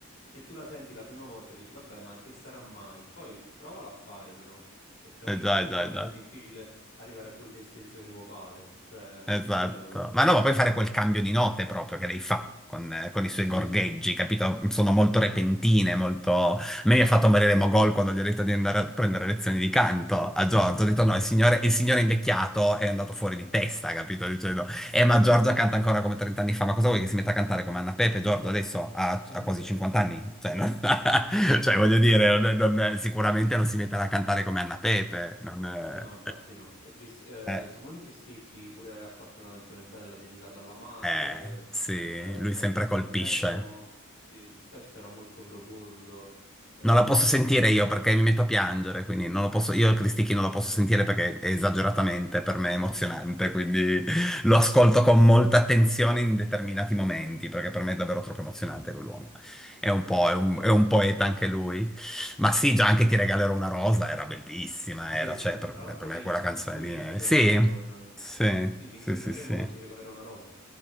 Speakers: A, on the left; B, in the centre.
A: se tu la senti la prima volta dici, vabbè, ma che sarà mai? Poi provala a fare però e capisci
B: già, eh già,
A: quanto
B: eh già.
A: è difficile arrivare a quell'estensione vocale, cioè
B: Esatto.
A: quello,
B: Ma no, ma puoi fare quel cambio di note proprio che lei fa con, eh, con i suoi
A: sì,
B: gorgheggi,
A: sì.
B: capito? Sono molto repentine, molto... A me mi ha fatto morire Mogol quando gli ho detto di andare a prendere lezioni di canto a Giorgio.
A: <laughs>
B: Ho detto no, il signore, il signore invecchiato è andato fuori di testa, capito? Dicendo, eh, ma Giorgia canta ancora come 30 anni fa, ma cosa vuoi che si metta a cantare come Anna Pepe, Giorgio, adesso ha,
A: <laughs>
B: ha quasi 50 anni? Cioè, non- <laughs> cioè, voglio dire, non- non- sicuramente non si metterà a cantare come Anna Pepe. Non... eh.
A: No, infatti no. Cris- eh,
B: <laughs> Eh.
A: Simone Cristicchi pure ha fatto una canzone bella dedicata alla madre,
B: Eh, sì,
A: eh,
B: lui
A: cioè
B: sempre
A: con
B: colpisce.
A: un testo, sì, il testo era molto profondo, eh, ha
B: Non la posso
A: fatto
B: sentire
A: mi sembra il
B: io
A: quarto.
B: perché mi metto a piangere, quindi non lo posso, io il Cristichi
A: Sì.
B: non lo posso sentire perché è esageratamente
A: <laughs>
B: per me emozionante, quindi <laughs> lo ascolto con
A: Sì,
B: molta attenzione in determinati momenti, perché per me è davvero troppo emozionante quell'uomo. È un
A: no,
B: po',
A: è stato
B: è un,
A: bravo.
B: è un poeta anche lui. Ma sì, già anche Ti regalerò una rosa era bellissima,
A: Sì,
B: era,
A: sì,
B: cioè,
A: e
B: per,
A: tra l'altro
B: per me
A: vinse,
B: quella canzone
A: lui
B: lì
A: vinse
B: è...
A: Sanremo
B: Sì,
A: con...
B: sì,
A: Sì, vinse
B: sì,
A: Sanremo
B: sì, sì.
A: con Ti regalerò una rosa.